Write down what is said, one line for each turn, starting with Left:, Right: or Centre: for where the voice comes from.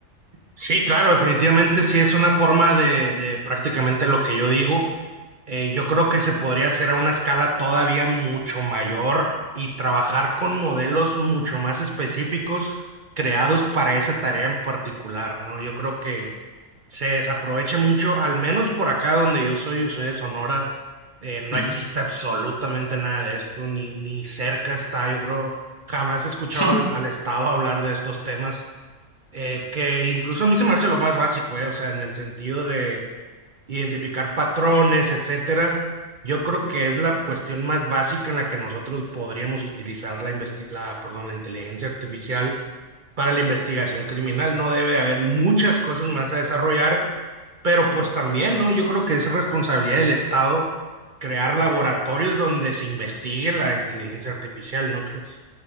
Right: Sí, claro, definitivamente sí es una forma de, de prácticamente lo que yo digo. Eh, yo creo que se podría hacer a una escala todavía mucho mayor y trabajar con modelos mucho más específicos creados para esa tarea en particular, ¿no? Yo creo que se desaprovecha mucho, al menos por acá donde yo soy, yo soy de Sonora, eh, no
Left: Ujú.
Right: existe absolutamente nada de esto, ni, ni cerca está, yo creo, jamás he escuchado
Left: <clears throat>
Right: al,
Left: <laughs>
Right: al Estado hablar de estos temas, eh, que incluso a mí se me hace lo más básico, eh, o sea, en el sentido de identificar patrones, etcétera. Yo creo que es la cuestión más básica en la que nosotros podríamos utilizar la, investi- la, perdón, la inteligencia artificial para la investigación criminal. No debe de haber muchas cosas más a desarrollar, pero pues también, ¿no? Yo creo que es responsabilidad del Estado crear laboratorios donde se investigue la inteligencia artificial, ¿no crees?